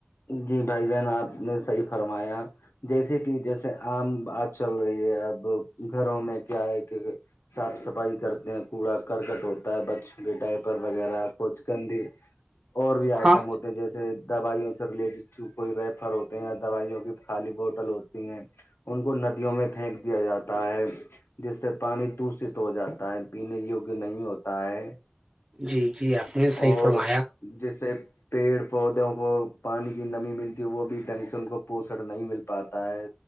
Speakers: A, on the left (about 80°); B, on the right (about 20°).
A: جی بھائی جان آپ نے صحیح فرمایا جیسے کہ جیسے عم آج چل رہی ہے اب گھروں میں کیا ہے کہ صاف صفائی کرتے ہیں کوڑا کرکٹ ہوتا ہے بچ بٹائی پر وغیرہ کچ کندھی اور بھی آئٹم
B: ہاں
A: ہوتے جیسے دوائیوں سے ریلیٹیڈ کوئی ریفر ہوتے ہیں یا دوائیوں کی خالی بوٹل ہوتی ہیں ان کو ندیوں میں پھینک دیا جاتا ہے جس سے پانی دوشت ہو جاتا ہے پینے یوگیہ نہیں ہوتا ہے
B: جی جی آپ نے صحیح
A: اور
B: فرمایا
A: جیسے پیڑ پودوں کو پانی کی نمی ملتی وہ بھی ڈھنگ سے ان کو پوسن نہیں ملتا پاتا ہے